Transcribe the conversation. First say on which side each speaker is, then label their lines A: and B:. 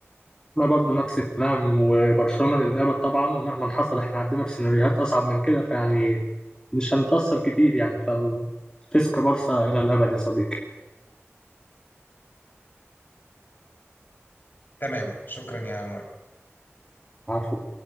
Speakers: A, on the left (about 15°); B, on the left (about 45°).
A: ما برضه نفس الكلام وبرشلونة للأبد طبعا مهما حصل احنا عندنا بسيناريوهات أصعب من كده فيعني مش هنتأثر كتير يعني فالتسكا بارسا إلى الأبد يا صديقي
B: تمام شكرا يا مروان
A: عفو